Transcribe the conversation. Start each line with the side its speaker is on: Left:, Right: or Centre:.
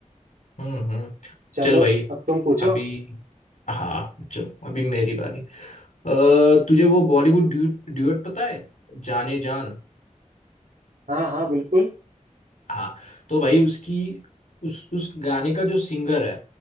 Left: हम्म हम्म
Right: चलो
Left: चल भाई
Right: अब तुम पूछो
Left: अभी हाँ चल अभी मेरी बारी अ, तुझे वो बॉलीवुड ड्यूट ड्यूट पता है जाने जान
Right: हाँ हाँ बिल्कुल
Left: हाँ तो भाई उसकी उस उस गाने का जो सिंगर है